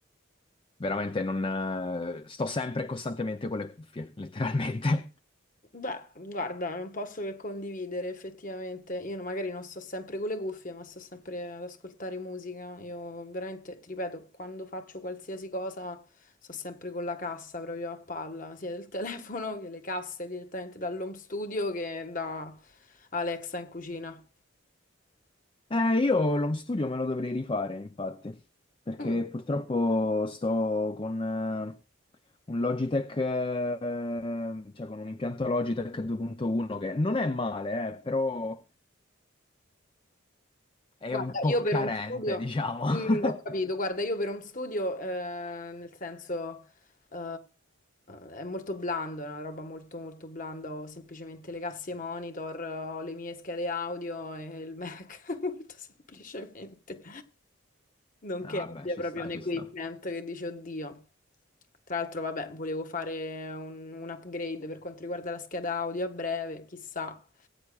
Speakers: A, on the left; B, on the left.
A: Veramente non, eh, sto sempre e costantemente con le cuffie, letteralmente. <laughs>
B: Beh, guarda, non posso che condividere effettivamente. Io no- magari non sto sempre con le cuffie, ma sto sempre ad ascoltare musica. Io veramente, ti ripeto, quando faccio qualsiasi cosa sto sempre con la cassa proprio a palla, sia del <laughs> telefono che le casse direttamente dall'home studio che da Alexa in cucina.
A: Eh, io l'home studio me lo dovrei rifare, infatti, perché
B: Mm.
A: purtroppo sto con eh, un Logitech, eh, cioè con un impianto Logitech 2.1 che non è male, eh, però è
B: Guarda,
A: un po'
B: io per
A: carente,
B: home studio,
A: diciamo. <laughs>
B: mm, ho capito, guarda, io per home studio, eh, nel senso, eh, è molto blando, è una roba molto molto blanda, ho semplicemente le casse monitor, ho le mie schede audio e il Mac, <laughs> molto semplicemente. Non
A: Ah,
B: che abbia
A: Vabbè, ci
B: proprio
A: sta,
B: un equipment
A: ci sta.
B: che dice oddio. Tra l'altro, vabbè, volevo fare un, un upgrade per quanto riguarda la scheda audio a breve, chissà,